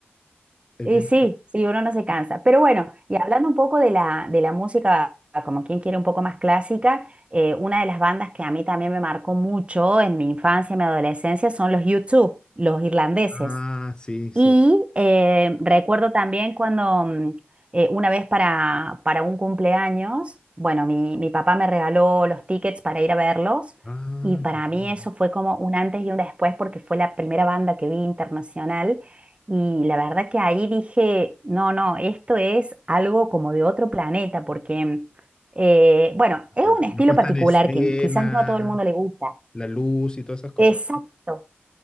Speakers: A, on the left; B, on the right.
A: Es
B: Y
A: bien.
B: sí, sí, uno no se cansa. Pero bueno, y hablando un poco de la, de la música, como quien quiere un poco más clásica, eh, una de las bandas que a mí también me marcó mucho en mi infancia y mi adolescencia son los U2, los irlandeses.
A: Ah, sí, sí.
B: Y eh, recuerdo también cuando mm, eh, una vez para, para un cumpleaños, bueno, mi, mi papá me regaló los tickets para ir a verlos
A: Ah,
B: y para
A: qué bueno.
B: mí eso fue como un antes y un después porque fue la primera banda que vi internacional y la verdad que ahí dije, no, no, esto es algo como de otro planeta porque, mm, eh, bueno, es
A: Ah,
B: un estilo
A: la puesta
B: particular
A: en escena,
B: que quizás no a todo el mundo le gusta.
A: la luz y todas esas cosas.
B: Exacto.